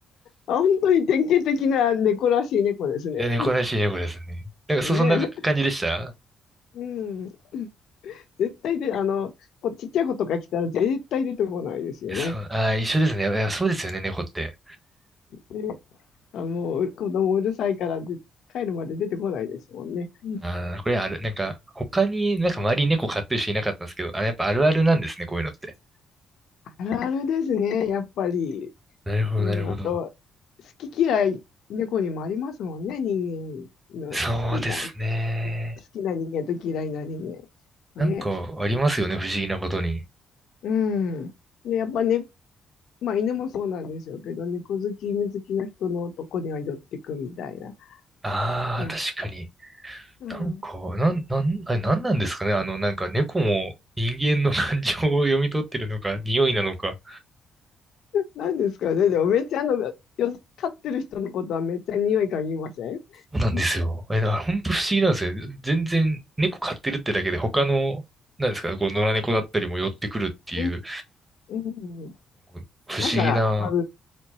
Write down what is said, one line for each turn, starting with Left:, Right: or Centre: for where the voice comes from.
Left: あ、本当に典型的な猫らしい猫ですね。
Right: <laughs> いや、猫らしい猫ですね。なんか、そ、
Left: ね。
Right: そんな感じでした
Left: うん。絶対で、あの、こちっちゃい子とか来たら絶対出てこないですよね。
Right: えそう、あー、一緒ですね。いや、そうですよね、猫って。
Left: ね。あ、もう子供うるさいからで帰るまで出てこないですもんね。うん
Right: あー、これある、なんか、他になんか周りに猫飼ってる人いなかったんですけど、あ、やっぱあるあるなんですね、こういうのって。
Left: あるあるですね、やっぱり。
Right: なるほど、
Left: うん。
Right: なるほど。
Left: あと、好き嫌い、猫にもありますもんね。人間の好きな、
Right: そうですね。
Left: 好きな人間と嫌いな人間。
Right: なんか、
Left: ね。
Right: ありますよね、不思議なことに。
Left: うん。で、やっぱねまあ犬もそうなんでしょうけど、猫好き、犬好きの人のとこには寄ってくみたいな。
Right: ああ、
Left: な、
Right: 確かに。
Left: うん。
Right: なんか、なん、なん、あれ、なんなんですかね。あの、なんか猫も人間の感情を読み取ってるのか、<laughs> 匂いなのか。
Left: なんですかね。でもめっちゃあの、よ、飼ってる人のことはめっちゃ匂い嗅ぎません
Right: そうなんですよ。
Left: うん、
Right: え、だから本当不思議なんですよね。全然猫飼ってるってだけで他の、なんですか、こう野良猫だったりも寄ってくるっていう、
Left: うん。うん
Right: こう不思議な、
Left: なんか、あの、